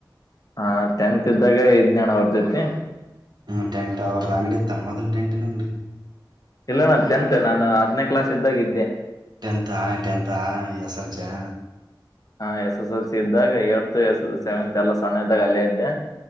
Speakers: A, on the left; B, on the right.
A: ಹಾ ಟೆಂತ್ ಇದ್ದಾಗ ಇಜ್ಞಾನ ಅವರ ಜೈತಿ
B: ಹ್ಮ್ಟಂಟ್ ಅವ್ರದ್ದ ಅಂಗಡಿ ಇತ್ತಾನ ಮೊದ್ಲ್ ಟೆಂಟ್ನ ಅಂಗಡಿ
A: ಇಲ್ಲ ನ ೆಂತ್ ನಾನು ಹದನೇ ಕ್ಲಾಸ್ ಇದ್ದಾಗಿದ್ದೆ
B: ಟೆಂತ್ಾ ಟೆನಂತಾ ಎಸ್ ಎಲ್ಸಾ
A: ಹಾ ಎಸ್ ಎಸ್ ಎಲ್ ಸಿ ಇದ್ದಾಗ ಎಏ ಎಸ್ ಎಸ್ ಸೆವೆಂತ್ ಎಲ್ಲ ಸೊಣ್ಣ ಇದ್ದಾಗ ಅಲ್ಲೇ ಇದ್ದೆ